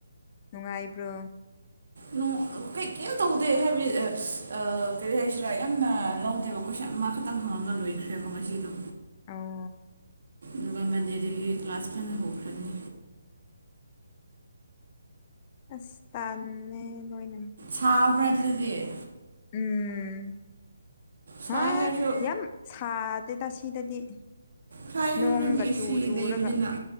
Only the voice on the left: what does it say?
ꯅꯨꯡꯉꯥꯏꯕ꯭ꯔꯣ
ꯑꯣ
ꯑꯁ ꯇꯥꯟꯂꯦ ꯂꯣꯏꯅ
ꯎꯝ
ꯍꯥ
ꯌꯥꯝ ꯁꯥꯗꯦꯗ ꯁꯤꯗꯗꯤ
ꯅꯣꯡꯒ
ꯆꯨ ꯆꯨꯔꯒ